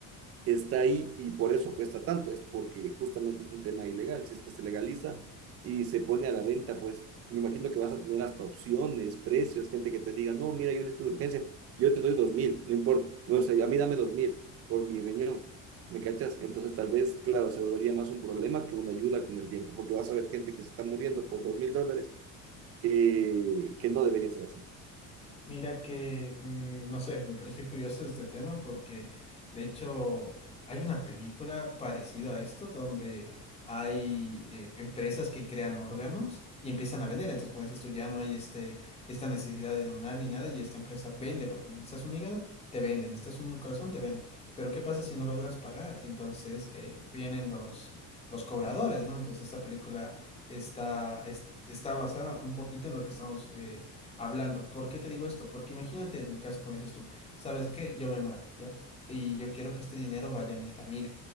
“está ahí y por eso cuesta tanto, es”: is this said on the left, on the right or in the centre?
Right